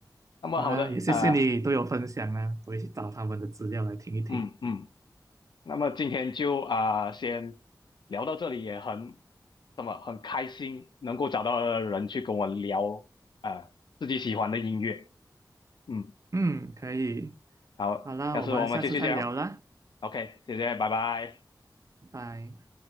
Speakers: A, on the left; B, on the right.
A: 那么好的，
B: 好啦，也谢谢你都有分享啦，
A: 呃，
B: 我也去找他们的资料来听一听。
A: 嗯嗯，那么今天就啊、呃先聊到这里，也很那么很开心能够找到人去跟我聊啊、呃自己喜欢的音乐，嗯。
B: 嗯，可以，
A: 好，
B: 好啦，
A: 下次我们继续聊。
B: 我们下次再聊啦，
A: OK，谢谢，拜拜。
B: 拜拜。